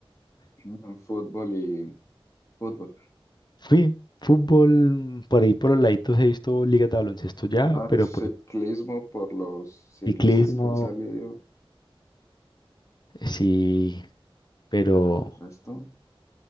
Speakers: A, on the left; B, on the left.
A: Mm, Fútbol y fútbol.
B: Fui fútbol, por ahí por los laditos he visto ligas de baloncesto ya,
A: Ah,
B: pero
A: ciclismo
B: pues
A: por los ciclistas
B: ciclismo,
A: que han salido,
B: eh, sí, pero
A: pero el resto.